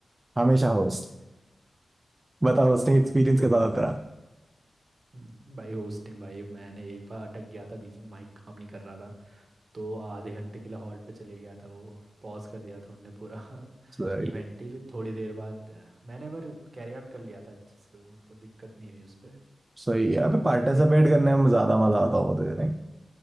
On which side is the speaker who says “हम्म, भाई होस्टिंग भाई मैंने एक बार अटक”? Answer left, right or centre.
Right